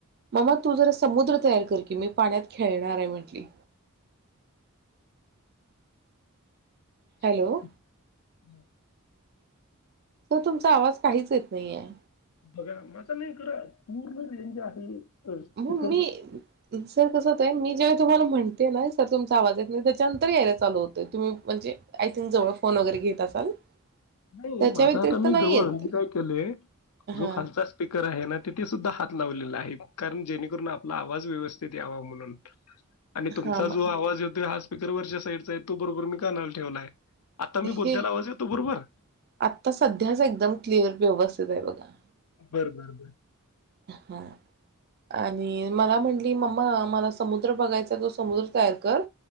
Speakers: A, on the right; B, on the left.
A: ममा तू जरा समुद्र तयार कर की मी पाण्यात खेळणार काय म्हंटली हॅलो
B: रिकामा ऑडिओ <inaudible>
A: सर तुमचा आवाज काहीच येत नाही आहे.
B: बघा माझं नाही कर पूर्ण रेंज आहे. स्पीकर
A: म्हणु मी सर कसं होतंय, मी जेव्हा तुम्हाला म्हणते ना सर तुमचा आवाज येत नाही, त्याच्यानंतर यायला चालू होतोय. तुम्ही म्हणजे आय थिंक जवळ फोन वगैरे घेत असाल
B: नाही
A: त्याच्या
B: माझा
A: व्यतिरिक्त
B: आता मी
A: नाही
B: जवळ
A: येत
B: मी काय केलंय, जो
A: हा
B: खालचा स्पीकर आहे ना तिथे सुद्धा हात लावलेलं आहे कारण जेणेकरून आपला आवाज व्यवस्थित यावा म्हणून आणि तुमचा
A: हा म
B: जो आवाज येतोय आ पिकर वरच्या साईडचा आहे तो बरोबर मी कानाला ठेवलाय. आता
A: हे
B: मी बोलतेला आवाज येतो बरोबर
A: आता सध्याच एकदम क्लिअर व्यवस्थित आहे बघा.
B: बर बर बर
A: हा आणि मला म्हंटली मम्मा मला समुद्र बघायचा तो समुद्र तयार कर,